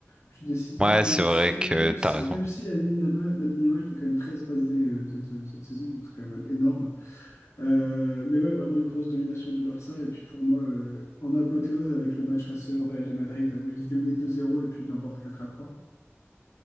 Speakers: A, on the left (about 80°); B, on the right (about 20°).
A: plus décisif,
B: Ouais,
A: même
B: c'est
A: si,
B: vrai
A: euh,
B: que
A: même si,
B: t'as raison.
A: même si Lamine Lama- Lamine Yamal fait quand même 13 passes D euh, cette, euh, cette saison, donc c'est quand même énorme. Euh, mais ouais, vraiment une grosse domination du Barça. Et puis pour moi, euh, en apothéose avec le match face au Real de Madrid où ils étaient menés deux zéro et puis ils l'emportent quatre à trois.